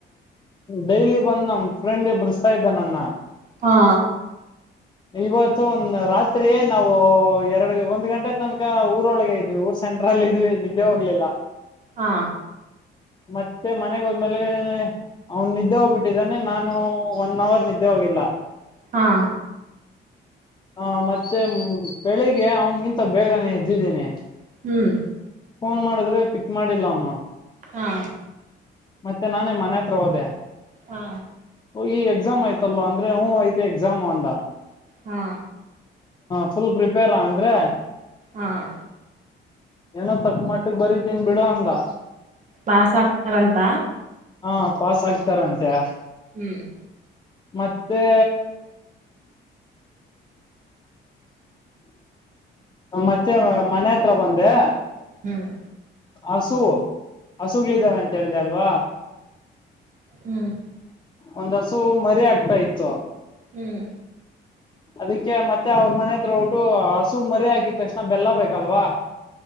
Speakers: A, on the left; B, on the right.
A: ಡೈಲಿ ಬಂದ್ ನಮ ಫ್ರೆಂಡುಎಬಿಸ್ತಾ ಇದ್ದ ನನ್ನ.
B: ಹಾ,
A: ಇವತ್ತು ರಾತ್ರಿ ನಾವು ಎರಡ್, ಒಂದ್ ಗಂಟೆ ತನಕ ಊರೊಳಗೆ ಇದ್ವಿ. ಊರ್ ಸ ಲ್ಲ ಇದ್ವಿ ನಿದ್ದೆ ಹೋಗ್ಲಿಲ್ಲ.
B: ಹಾ
A: ಮತ್ತೆ ಮನೆಗೆ ಹೋದ್ಮೇಲೆ ಅವನ್ ನಿದ್ದೆ ಹೋಗ್ಬಿಟ್ಟಿದ್ದಾನೆ. ನಾನು ಒನ್ ಅವರ್ ನಿದ್ದೆ ಹೋಗಿಲ್ಲ.
B: ಹಾ
A: ಹಾ, ಮತ್ತೆ ಬೆಳಿಗ್ಗೆ ಅವನ್ಗಿಂತ ಬೇಗನೆ ಎದ್ದಿದ್ದೀನಿ.
B: ಹ್ಮ್,
A: ಫೋನ್ ಮಾಡಿದ್ರೆ ಪಿಕ್ ಮಾಡಿಲ್ಲ ಅವನು.
B: ಹಾ,
A: ಮತ್ತೆ ನಾನೇ ಮನೆ ಅತ್ರ ಹೋದೆ.
B: ಹಾ,,
A: ಈ ಎಕ್ಸಾಮ್ ಆಯ್ತಲ್ವಾ ಅಂದ್ರೆ ಹ್ಮ್ ಐತ ಎಕ್ಸಾಮ್ ಅಂದ.
B: ಹಾ,
A: ಫುಲ್ ಪ್ರಿಪೇರಾ ಅಂದ್ರೆ,
B: ಹಾ,,,
A: ಏನೋ ತಕ್ಕ ಮಟ್ಟಗೆಬರಿತಿನಿ ಬಿಡೋ ಅಂದ.
B: ಪಾಸ್ ಆಕ್ತಾರಂತ
A: ಹಾ ಪಾಸ್ ಆಗ್ತಾರ ಅಂತೆ
B: ಹ್ಮ್,
A: ಮತ್ತೆ,, ಮತ್ತೆ ಮನೆ ಅತ್ರ ಬಂದೆ,
B: ಹ್ಮ್
A: ಹಸು ಹಸುಗಳಿದ್ದಾವೆಅಂತ ಹೇಳ್ದ ಅಲ್ವಾ.
B: ಹ್ಮ್
A: ಒಂದಹಸು ಮರಿ ಆಕ್ತಾ ಇತ್ತು.
B: ಹ್ಮ್,
A: ಅದಕ್ಕೆ ಮತ್ತೆ ಅವ್ರ ಮನೆಅತ್ರ ಒರಟು ಹಸು ಮರಿ ಆಗಿದ ತಕ್ಷಣ ಬೆಲ್ಲ ಬೇಕಲ್ವಾ,